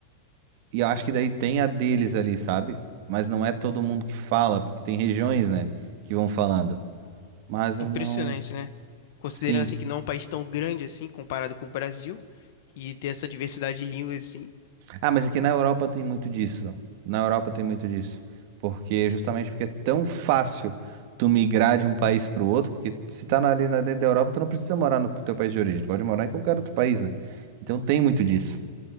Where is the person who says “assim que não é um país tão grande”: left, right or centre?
Left